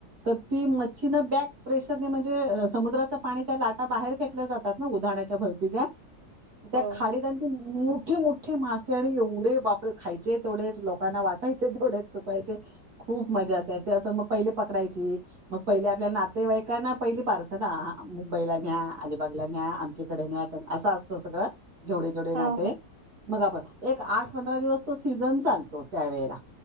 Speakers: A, on the right; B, on the right.
A: प्रेशरने म्हणजे समुद्राचं पाणी त्या लाटा बाहेर फेकल्या जातात ना उधाणाच्या भरती ज्या... त्या
B: हो.
A: खाडीत... मोठे मोठे मासे आणि एवढे बापरे खायचे तेवढे लोकां वाट... खायचे खूप मजा असते ते अस मग पहिले पकडाची मग पहिले आपल्याला नाते.. नातेवाईकांना पहिली पार्सल ना मुंबईला न्या अलिबागला न्या आमचीकडे न्या असं असतो सगळं... जेवढे जेवढे
B: हो,
A: नाते
B: हो.
A: मग आप एक आठ पंधरा दिवस तो सीझन चालतो त्यावेेळेला...